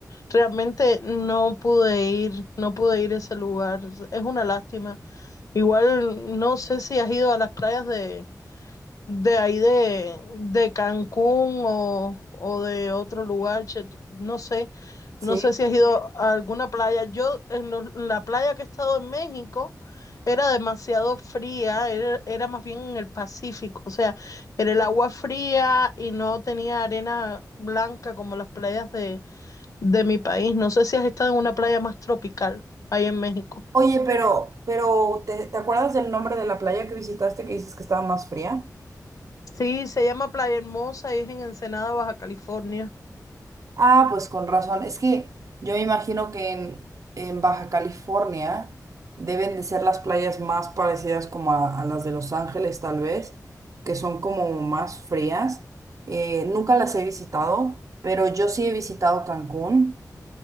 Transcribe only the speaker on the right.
Sí.
Oye, pero, pero ¿te, te acuerdas del nombre de la playa que visitaste que dices que estaba más fría?
Ah, pues con razón. Es que yo me imagino que en, en Baja California deben de ser las playas más parecidas como a, a las de Los Ángeles, tal vez, que son como más frías. Eh, nunca las he visitado, pero yo sí he visitado Cancún.